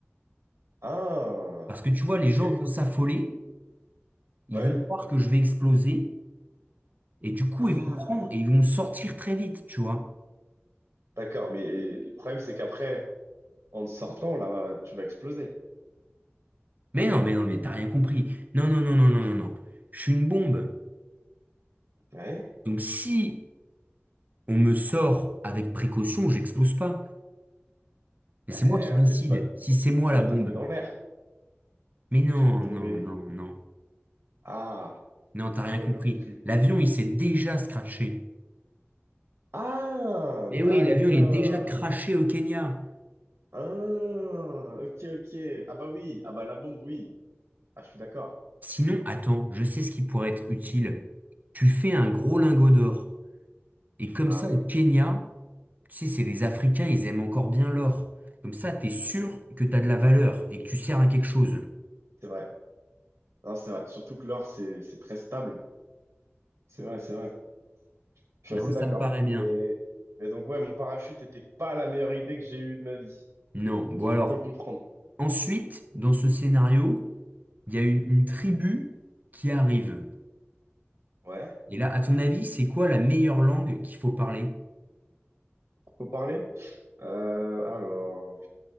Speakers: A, on the right (about 80°); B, on the right (about 40°).
A: Ah,
B: Parce que tu vois, les
A: ok.
B: gens vont s'affoler, ils
A: Ouais.
B: vont croire que je vais exploser, et du coup,
A: Ah,
B: ils vont me prendre et ils vont me sortir très vite, tu vois.
A: d'accord, mais le problème, c'est qu'après, en te sortant, là, tu vas exploser.
B: Mais non, mais non, mais t'as rien compris. Non, non, non, non, non, non, non. Je suis une bombe.
A: Ouais.
B: Donc si on me sort avec précaution, j'explose pas. Mais
A: Ben,
B: c'est moi qui décide
A: après, tu vas,
B: si c'est moi
A: tu
B: la
A: vas
B: bombe.
A: tomber dans l'air.
B: Mais non,
A: Tu vas tomber.
B: non, non, non.
A: Ah,
B: Non, t'as rien
A: j'ai mal
B: compris.
A: compris.
B: L'avion, il s'est déjà scratché.
A: Ah,
B: Mais
A: d'accord.
B: oui, l'avion, il est déjà craché au Kenya.
A: Ah, ok, ok. Ah bah oui, ah bah la bombe, oui. Ah, je suis d'accord.
B: Sinon, attends, je sais ce qui pourrait être utile. Tu fais un gros lingot d'or. Et comme
A: Ah
B: ça,
A: oui,
B: au Kenya, tu sais, c'est les Africains, ils aiment encore bien l'or. Comme ça, t'es sûr que t'as de la valeur et que tu sers à quelque chose.
A: c'est vrai. Non, c'est vrai. Surtout que l'or, c'est, c'est très stable. C'est vrai, c'est vrai. Je suis
B: Non,
A: assez
B: ça
A: d'accord.
B: me paraît bien.
A: Mais, mais donc, ouais, mon parachute était pas la meilleure idée que j'ai eue de ma vie.
B: Non. Bon
A: si
B: alors,
A: Je peux comprendre.
B: ensuite, dans ce scénario, il y a une, une tribu qui arrive.
A: Ouais.
B: Et là, à ton avis, c'est quoi la meilleure langue qu'il faut parler?
A: Faut parler? Euh, alors,